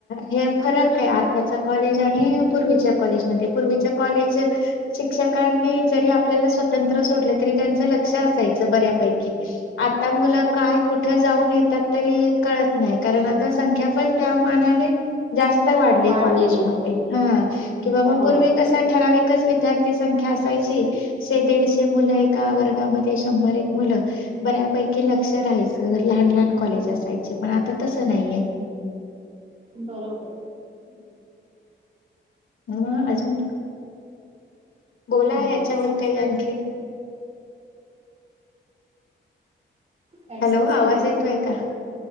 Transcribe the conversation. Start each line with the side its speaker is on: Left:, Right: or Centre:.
Left: हे फरक आहे, आताचा कॉलेज
Right: अच्छा
Left: आणि पूर्वीच्या कॉलेजमध्ये पूर्वी, चे कॉलेज शिक्षकांनी जरी आपल्याला स्वतंत्र सोडले तरी त्यांचे लक्ष असायचं. बऱ्यापैकी आता मुलं, काय कुठ जाऊन येतात, तरी कळत नाही, कारण आता संख्या पण त्या मानाने, जास्त वाढले
Right: वाढलेले
Left: कॉलेज मध्ये कि बाबा
Right: हो.
Left: पूर्वी कसा ठराव. विद्यार्थी संख्या असायची शे दीडशे मुलं एका वर्गामध्ये शंभर एक मुलं, बऱ्यापैकी लक्ष राहायचं लहान लहान कॉलेज असायचे. पण आता तसं नाहीये.
Right: बरोबर
Left: म अजून बोला
Right: मला
Left: याच्यावर
Right: सुचेल
Left: काही आणखी
Right: काय
Left: हॅलो,
Right: सुचे
Left: आवाज
Right: ना
Left: येतोय
Right: ग
Left: का?